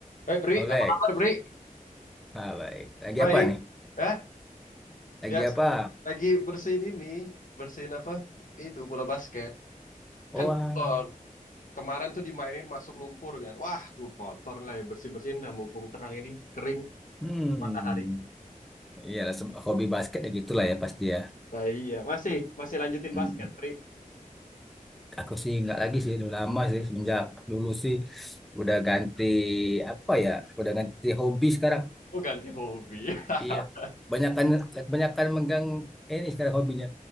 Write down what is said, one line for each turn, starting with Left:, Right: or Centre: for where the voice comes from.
Left: baik Bri,
Centre: Oleh.
Left: apa kabar Bri?
Centre: Ah, baik. Lagi
Left: Baik,
Centre: apa nih?
Left: eh
Centre: Lagi
Left: biasa
Centre: apa?
Left: lagi bersihin ini, bersihin apa? Itu bola basket.
Centre: Oh,
Left: Kan
Centre: ah,
Left: kotor. Kemarin tuh dimainin masuk lumpur kan. Wah, tuh kotor lah ya, bersih-bersihin nah, mumpung terang ini kering
Centre: hmm.
Left: matahari.
Centre: Iyalah, se- hobi basket ya gitulah ya pasti ya.
Left: Nah, iya, masih masih lanjutin
Centre: Hmm.
Left: basket, Bri
Centre: Aku sih nggak lagi sih, udah lama sih semenjak dulu sih udah ganti apa ya? Udah ganti hobi sekarang.
Left: Oh, ganti hobi. <laughs>
Centre: Iya. Banyakan kebanyakan megang ini sekarang hobinya.